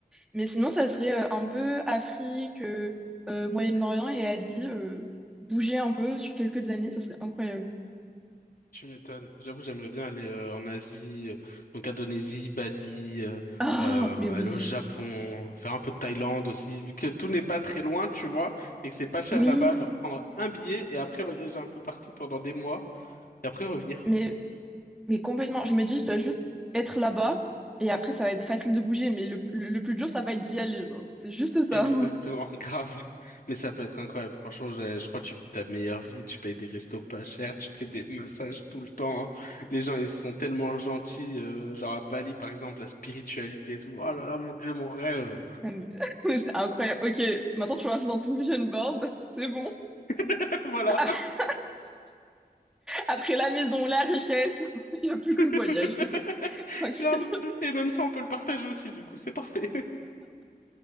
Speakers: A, in the centre; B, on the left.
A: Mais sinon, ça serait euh, un peu Afrique, euh, euh, Moyen-Orient et Asie, euh, bouger un peu sur quelques années, ça serait incroyable.
B: Tu m'étonnes. J'avoue, j'aimerais bien aller euh, en Asie, euh, donc Indonésie, Bali, euh,
A: Ah,
B: euh,
A: mais oui.
B: aller au Japon, faire un peu de Thaïlande aussi, vu que tout n'est pas très loin, tu vois, et que c'est pas cher
A: Oui,
B: là-bas, genre prendre un billet et après voyager un peu partout pendant des mois et après revenir.
A: mais, mais complètement. Je me dis, je dois juste être là-bas et après, ça va être facile de bouger, mais le, le plus dur, ça va être d'y aller. genre. C'est juste ça.
B: Exactement, <laughs> grave. Mais ça peut être incroyable. Franchement, je, je crois que tu vis ta meilleure vie. Tu payes des restos pas chers, tu te fais des massages tout le temps. hein. Les gens, ils sont tellement gentils. euh, genre à Bali, par exemple, la spiritualité et tout. Oh là là, mon Dieu, mon rêve.
A: Non, mais- <laughs> C'est incroyable. Ok, maintenant tu rajoutes dans ton vision board, c'est bon.
B: <laughs> Voilà.
A: <laughs> Après la maison, la richesse, <laughs> il n'y a
B: <laughs>
A: plus que le voyage. <laughs> Tranquille.
B: Grave. Et même ça, on peut le partager aussi, du coup. C'est parfait.